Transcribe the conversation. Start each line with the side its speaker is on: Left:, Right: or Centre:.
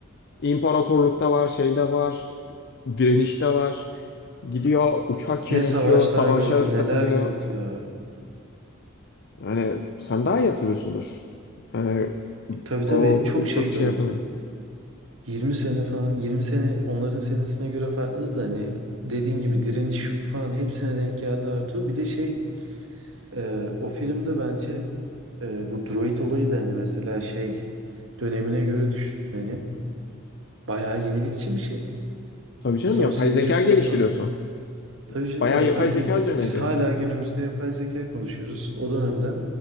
Left: İmparatorlukta var, şeyde var, direnişte var. Gidiyor, uçak
Right: Ne
Left: yönetiyor,
Right: savaşlar
Left: savaşa
Right: gördü neler
Left: katılıyor.
Right: gördü ya.
Left: Yani sen daha iyi hatırlıyorsundur. Yani
Right: Tabii tabii
Left: o
Right: çok şey
Left: çok
Right: gördü.
Left: şey yapamıyorum.
Right: 20 sene falan 20 sene onların senesine göre farklıdır da hani dediğin gibi direniş şu bu falan hepsine denk geldi Artu. Bir de şey e, o filmde bence e, bu droid olayı da hani mesela şey dönemine göre düşün hani bayağı yenilikçi bir şey.
Left: Tabii canım
Right: Mesela
Left: yapay
Right: o C-3PO
Left: zeka geliştiriyorsun.
Right: falan tabii canım
Left: Bayağı
Right: yapay
Left: yapay zeka
Right: zeka
Left: üzerine
Right: biz
Left: deniyor.
Right: hala günümüzde yapay zeka konuşuyoruz. O dönemden